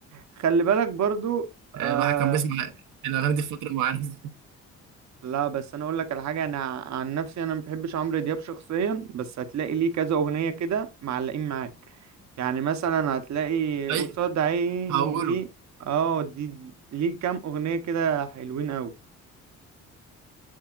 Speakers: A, on the right; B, on the right.
A: خلي بالك برضو آه
B: يعني الواحد كان بيسمع الاغاني دي في فتره معينه
A: لا بس انا اقول لك على حاجه انا عن نفسي انا ما بحبش عمرو دياب شخصيا بس هتلاقي ليه كذا اغنيه كده معلقين معاك يعني مثلا هتلاقي
B: <laughs>
A: قصاد
B: اي
A: عيني
B: هقوله
A: دي اه دي ليه كام اغنيه كده حلوين قوي